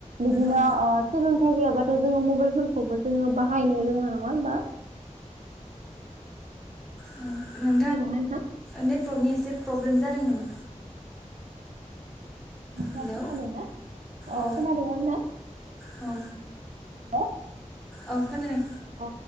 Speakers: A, on the right; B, in the centre.
A: बिदिनो
B: औ
A: सोलोंथाइ गैयाबाथ' जोङो मबाइलफोरखौबो जोङो बाहायनो रोङा नङा होमबा?
B: उम उम।
A: खोनादोंना नोंथा?
B: नेटवर्कनि एसे प्रब्लेम जादों नामा?
A: दा
B: हेलौ
A: खोनादोंना अह
B: अ
A: खोनादोंना नोंथा?
B: औ।
A: <unintelligible>
B: औ खोनादों।
A: अ